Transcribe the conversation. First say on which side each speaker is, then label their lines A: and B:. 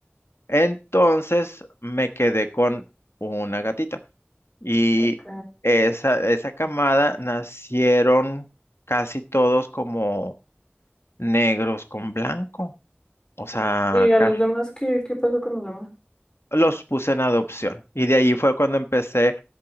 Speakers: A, on the left; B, on the left.
A: Entonces me quedé con una gatita y
B: Ok.
A: esa, de esa camada nacieron casi todos como negros con blanco, o sea,
B: ¿Y a
A: casi.
B: los demás qué, qué pasó con los demás?
A: los puse en adopción. Y de ahí fue cuando empecé